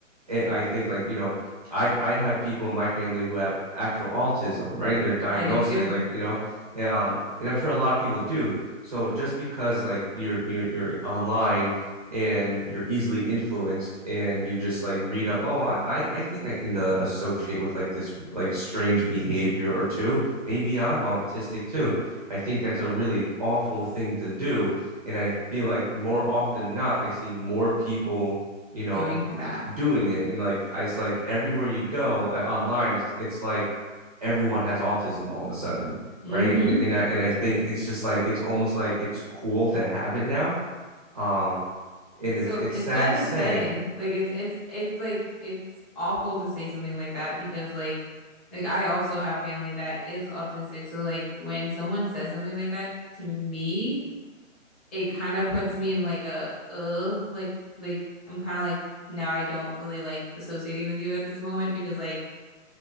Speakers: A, on the right (about 30°); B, on the left (about 30°).
A: eh, i think like you know I I have people in my family who have actual autism, right? They're
B: I
A: diagnosed,
B: do too.
A: they like, you know, um, and I'm sure a lot of people do. So just because like you're you're you're online and you're easily influenced and you just like read up, oh, I I I think I can uh, associate with like this like strange behavior or two. Maybe I'm autistic too. I think that's a really awful thing to do, and I feel like more often than not, I see more people, you know
B: Doing that.
A: doing it and like it's like everywhere you go uh, online it's it's like everyone has autism all of a sudden
B: hmm
A: right and and I, and I think it's just like it's almost like it's cool to have it now um and
B: So
A: it's it's
B: it's
A: sad
B: bad
A: to
B: to
A: say
B: say. Like it's it's it's like it's awful to say something like that because like like I also have family that is autistic. So like when someone says something like that to me, it kind of puts me in like a uh like like I'm kind of like now I don't really like associating with you at this moment because like